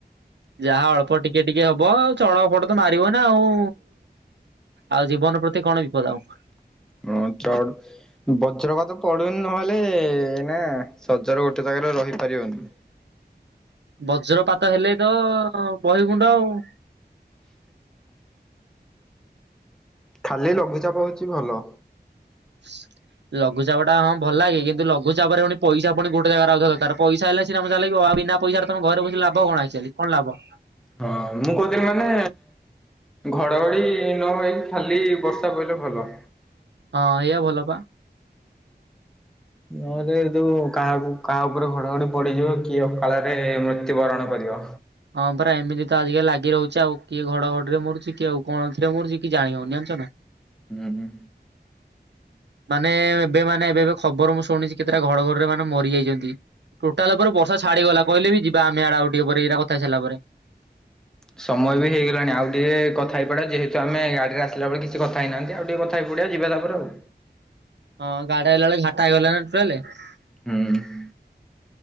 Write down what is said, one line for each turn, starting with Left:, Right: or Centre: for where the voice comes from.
Right: ଯାହା ଅଳ୍ପ ଟିକେ ଟିକେ ହବ, ଆଉ ଚଳପଟ ତ ମାରିବ ନା ଆଉ ଆଉ, ଜୀବନ ପ୍ରତି କଣ ବିପଦ ଆଉ।
Centre: ହଁ ଚ <unintelligible> ବଜ୍ର ପାତ ପଡୁନି ନହେଲେ ନା ସଜର ଗୋଟେ ଜାଗାରେ ରହିପାରିବନି।
Right: ବଜ୍ରପାତ ହେଲେ ତ ବହି ଗୁଣ୍ଡ ଆଉ।
Centre: ଖାଲି ଲଘୁଚାପ ହେଉଛି ଭଲ।
Right: <unintelligible> ଲଘୁଚାପ ଟା ହଁ ଭଲ ଲାଗେ କିନ୍ତୁ ଲଘୁଚାପ ରେପୁଣି ପଇସ ପୁଣି ଗୋଟ ଜାଗ ରେ ଦରକାର ପଇସା ହେଲା ସିନା ମଜାଲାଗିବ। ଆଉ ବିନା, ପଇସା ଟା ତମ ଘରେ ବସି ଲାଭ କଣ ଏକ୍ଚଲି କଣ ଲାଭ।
Centre: ହଁ, ମୁଁ କହୁଥିଲି ମାନେ ଘଡଘଡି। ନହେଇ ଖାଲି ବର୍ଷା ପଇଲେ ଭଲ।
Right: ହଁ ଏଇଆ ଭଲ ପା।
Centre: ନହଲେ ତ କାହାକୁ କାହା ଉପରେ ଘଡଘଡି ପଡିଯିବ କିଏ ଅକାଳରେ ମୃତ୍ୟୁବରଣ କରିବ।
Right: ହଁ ପରା ଏମିତି ତ ଆଜିକାଲି ଲାଗି ରହୁଛି, ଆଉ କିଏ ଘଡ ଘଡିରେ ମରୁଛି କି ଆଉ କଣ କିରେ ମରୁଛି କି ଜାଣି ହଊନି ଜାଣିଛ ନା।
Centre: ହୁଁ, ହୁଁ,
Right: ମାନେ ଏବେ ମାନେ ଏବେ ଖବର ମୁଁ ଶୁଣିଛି କେତେଟା ଘଡ଼ ଘଡି ରେ ମାନେ ମରି ଯାଇଛନ୍ତି। ଟୋଟାଲ ଉପରେରେ ବର୍ଷା ଛାଡିଗଲା, କହିଲେ ବି ଯିବା ଆମେ ଆଡେ ଆଉ ଟିକେ ପରେ ଏଇଟା କଥା ସାରିଲା ପରେ।
Centre: ସମୟ ବି ହେଇଗଲାଣି ଆଉ ଟିକେ କଥା ହେଇପଡେ, ଯେହେତୁ ଆମେ ଗାଡି ରେ ଆସିଲା ବେଳେ କିଛି କଥା ହେଇନାହାନ୍ତି। ଆଉ ଟିକେ କଥାହେଇ ପଡିବା ଯିବା ତାପରେ ଆଉ।
Right: ହଁ ଗାଡି ଆଇଲା ବେଳେ ଘାଟା ହେଇଗଲା ନା। <unintelligible>
Centre: ହୁଁ,